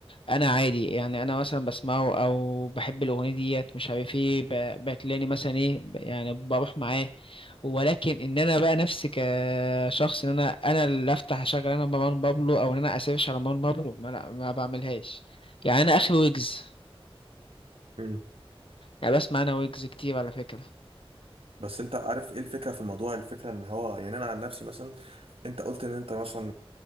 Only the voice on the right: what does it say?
مم.
بس انت عارف ايه الفكره في الموضوع الفكره ان هو يعني انا عن نفسي مثلا انت قلت ان انت مثلا